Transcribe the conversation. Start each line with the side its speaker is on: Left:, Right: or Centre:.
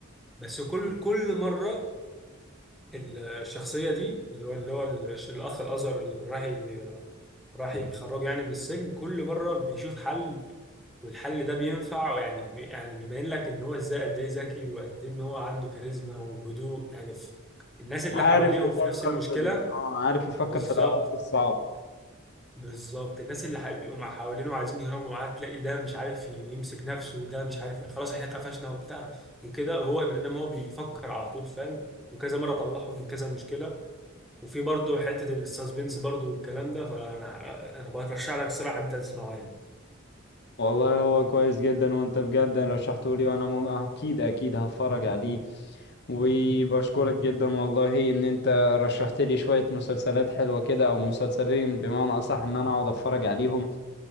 Centre: بس كل كل مرة الشخصية دي اللي هو اللي هو الش- الأخ الأزهر اللي راح ي- راح يخرجه يعني من السجن كل مرة بيشوف حل والحل ده بينفع يعني بي يعني بيبين لك إن هو إزاي قد إيه ذكي وقد إيه إن هو عنده كاريزما وهدوء يعني في الناس اللي
Left: عارف
Centre: حواليه
Left: يفكر
Centre: في نفس المشكلة
Left: في ال... اه عارف يفكر
Centre: بالظبط
Left: في الأوقات الصعبة
Centre: بالظبط الناس اللي هيبقوا مع حوالينه وعايزين يهربوا معاه تلاقي ده مش عارف يمسك نفسه وده مش عارف خلاص إحنا اتقفشنا وبتاع وكده هو إنما هو بيفكر على طول فاهم وكذا مرة طلعهم من كذا مشكلة وفي برضه حتة السسبنس برضه والكلام ده فأنا أنا برشح لك الصراحة إن أنت تسمعه يعني
Left: والله هو كويس جدا وانت بجد رشحته لي وانا م... اكيد اكيد هتفرج عليه وبشكرك جدا والله ان انت رشحت لي شوية مسلسلات حلوة كده او مسلسلين بمعنى اصح ان انا اقعد اتفرج عليهم